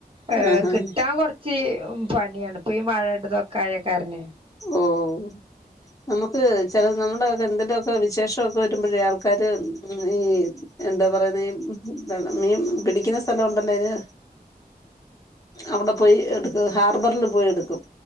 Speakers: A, on the right; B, on the left.
A: ഏഹ്
B: ആഹ്
A: കിട്ടാൻ
B: ആഹ്
A: കുറ ച്ച് പണിയാണ് ഇപ്പൊ ഈ മഴയുടെതൊക്കെ ആയ കാരണെ
B: ഓഹ് നമുക്ക് ചില നമ്മുടെക്കെ എന്തെലൊക്കെ വിശേഷ ഒക്കെ വരുമ്പോഴേ ആൾക്കാര് ഈ എന്താ പറയുന്നെ ഈ മീം പിടിക്കുന്ന സ്ഥലംഉണ്ടല്ലേന് അവിടെ പോയി എടുക്കും ഹാർബറില് പോയി എടുക്കും